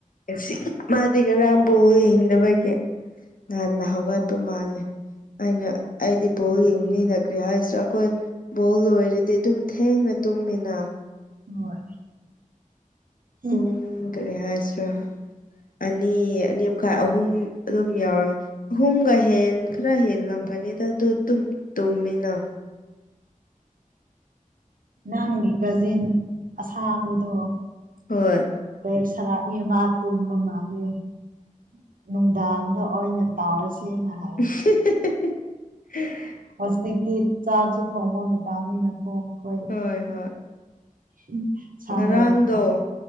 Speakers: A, on the left; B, on the right.
A: ꯉꯁꯤ ꯃꯥꯗꯤ ꯉꯥꯔꯡ ꯕꯣꯜ ꯌꯦꯡꯗꯕꯒꯤ ꯉꯥꯟꯅ ꯍꯧꯒꯠꯄ ꯃꯥꯜꯂꯦ ꯑꯩꯅ ꯑꯩꯗꯤ ꯕꯣꯜ ꯌꯦꯡ ꯃꯤꯅ ꯀ꯭ꯔꯤ ꯍꯥꯏꯁꯤꯔ ꯑꯩꯈꯣꯏ ꯕꯣꯜ ꯂꯣꯏꯔꯗꯤ ꯑꯗꯨꯝ ꯊꯦꯡꯅ ꯇꯨꯝꯃꯤꯅ
B: ꯍꯣꯏ <unintelligible>
A: ꯄꯨꯡ ꯀꯔꯤ ꯍꯥꯏꯁꯤꯔꯥ ꯑꯅꯤ ꯑꯅꯤ ꯃꯈꯥꯏ ꯑꯍꯨꯝ ꯑꯗꯨꯝ ꯌꯧꯔ ꯑꯍꯨꯝꯒ ꯍꯦꯟ ꯈꯔ ꯍꯦꯟꯂꯝꯒꯅꯤꯗ ꯑꯗꯨ ꯇꯨꯝ ꯇꯨꯝꯃꯤꯅ
B: ꯅꯪꯒꯤ ꯀꯖꯤꯟ ꯑꯁꯥꯡꯕꯗꯣ
A: ꯍꯣꯏ
B: <unintelligible> ꯅꯨꯡꯗꯥꯡꯗ ꯑꯣꯏꯅ ꯇꯥꯎꯔꯁꯦꯅ ꯍꯥꯏꯌꯦ
A: <unintelligible>
B: ꯍꯧꯖꯤꯛꯇꯤ ꯆꯥꯛꯁꯤ ꯊꯣꯡꯕ ꯃꯇꯝꯅꯤꯅꯀꯣ ꯑꯩꯈꯣꯏ
A: ꯍꯣꯏ ꯍꯣꯏ
B: ꯎꯝ ꯁꯥꯡꯗꯧ
A: ꯉꯔꯥꯡꯗꯣ
B: ꯃꯥꯜꯂꯦ